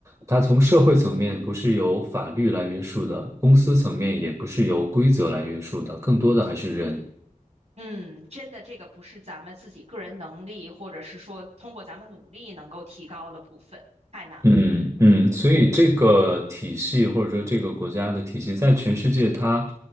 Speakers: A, on the right (about 25°); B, on the right (about 50°).
A: 它从社会层面不是由法律来约束的，公司层面也不是由规则来约束的，更多的还是人。
B: 嗯，真的，这个不是咱们自己个人能力，或者是说通过咱们努力能够提高的部分，太难了。
A: 嗯嗯，所以这个体系或者说这个国家的体系，
B: 嗯，
A: 在全世界它，